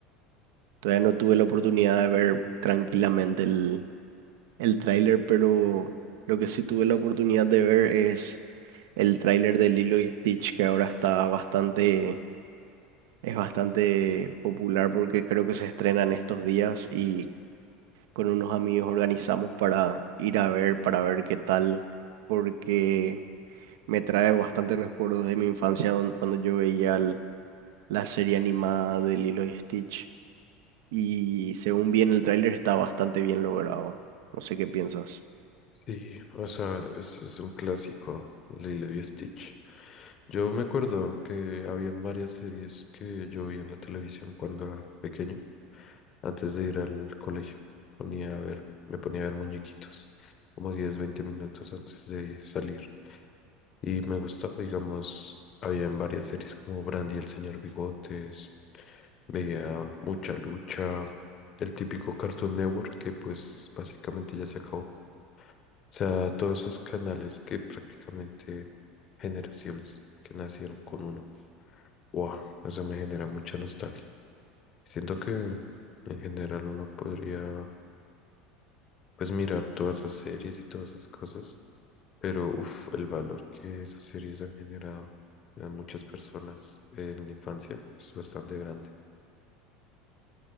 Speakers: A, on the right (about 75°); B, on the left (about 45°).
A: todavía no tuve la oportunidad de ver tranquilamente el, el tráiler, pero lo que sí tuve la oportunidad de ver es el tráiler de Lilo y Stitch, que ahora está bastante, es bastante popular porque creo que se estrena en estos días y con unos amigos organizamos para ir a ver, para ver qué tal, porque me trae bastantes recuerdos de mi infancia don- cuando yo veía el- la serie animada de Lilo y Stitch. Y según bien el tráiler está bastante bien logrado. No sé qué piensas.
B: Sí, o sea, es, es un clásico, Lilo y Stitch. Yo me acuerdo que habían varias series que yo vi en la televisión cuando era pequeño, antes de ir al colegio. Ponía a ver, me ponía a ver muñequitos, como 10, 20 minutos antes de salir. Y me gustaba, digamos, habían varias series como Brandy y el Señor Bigotes, veía Mucha Lucha, el típico Cartoon Network que pues básicamente ya se acabó o sea, todos esos canales que prácticamente generaciones que nacieron con uno. Wow, eso me genera mucha nostalgia. Siento que en general uno podría, pues, mirar todas esas series y todas esas cosas, pero uff, el valor que esas series han generado a muchas personas en la infancia es bastante grande.